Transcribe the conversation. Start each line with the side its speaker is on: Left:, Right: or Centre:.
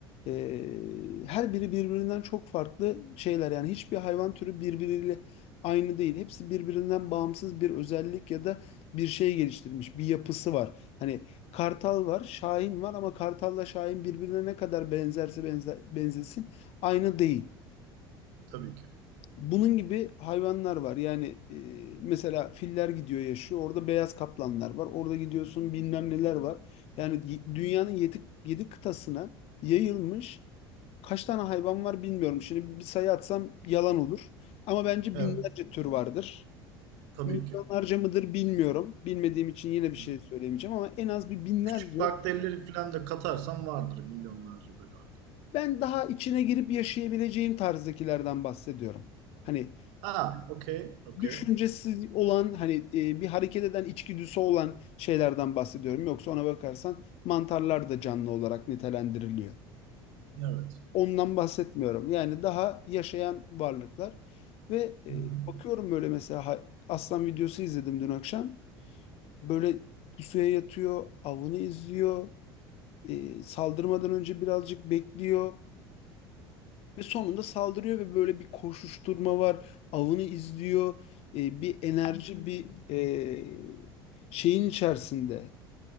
Left: Ee, her biri birbirinden çok farklı şeyler. Yani hiçbir hayvan türü birbiriyle aynı değil. Hepsi birbirinden bağımsız bir özellik ya da bir şey geliştirmiş, bir yapısı var. Hani kartal var, şahin var ama kartalla şahin birbirine ne kadar benzerse benze- benzesin aynı değil.
Right: tabii ki.
Left: Bunun gibi hayvanlar var. Yani e, mesela filler gidiyor yaşıyor. Orada beyaz kaplanlar var. Orada gidiyorsun bilmem neler var. Yani y- dünyanın yedi, yedi kıtasına yayılmış kaç tane hayvan var bilmiyorum. Şimdi bir sayı atsam yalan olur. Ama bence
Right: Evet,
Left: binlerce tür vardır.
Right: tabii
Left: Milyonlarca
Right: ki.
Left: mıdır bilmiyorum. Bilmediğim için yine bir
Right: Hı.
Left: şey söylemeyeceğim ama en az bir binlerce.
Right: Küçük bakterileri falan da katarsan vardır milyonlarca böyle hani.
Left: Ben daha içine girip yaşayabileceğim tarzdakilerden bahsediyorum. Hani
Right: Ha, okey, okey.
Left: düşüncesi olan hani e, bir hareket eden içgüdüsü olan şeylerden bahsediyorum. Yoksa ona bakarsan mantarlar da canlı olarak nitelendiriliyor.
Right: Evet.
Left: Ondan bahsetmiyorum. Yani daha yaşayan varlıklar ve e,
Right: Hı hı.
Left: bakıyorum böyle mesela ha- aslan videosu izledim dün akşam. Böyle pusuya yatıyor, avını izliyor, e, saldırmadan önce birazcık bekliyor. Ve sonunda saldırıyor ve böyle bir koşuşturma var. Avını izliyor. E, bir enerji, bir e, şeyin içerisinde.